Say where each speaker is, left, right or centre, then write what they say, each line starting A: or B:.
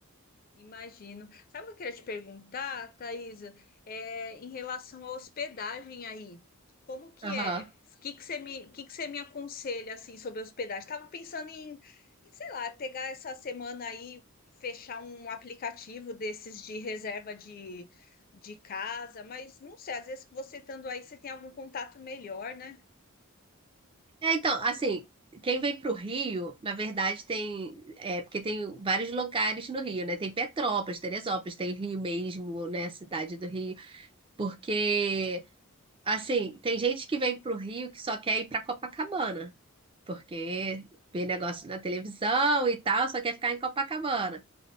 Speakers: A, on the left; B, on the right.
A: Imagino. Sabe o que eu queria te perguntar, Thaisa? É, em relação à hospedagem aí, como que
B: Aham.
A: é? O que que você me, o que que você me aconselha assim sobre hospedagem? Estava pensando em, em, sei lá, pegar essa semana aí, fechar um aplicativo desses de reserva de, de casa, mas não sei, às vezes que você estando aí, você tem algum contato melhor, né?
B: É, então, assim, quem vem pro Rio, na verdade tem, é, porque tem vários lugares no Rio, né? Tem Petrópolis, Teresópolis, tem Rio mesmo, né? Cidade do Rio, porque, assim, tem gente que vem pro Rio que só quer ir pra Copacabana, porque vê negócio na televisão e tal, só quer ficar em Copacabana.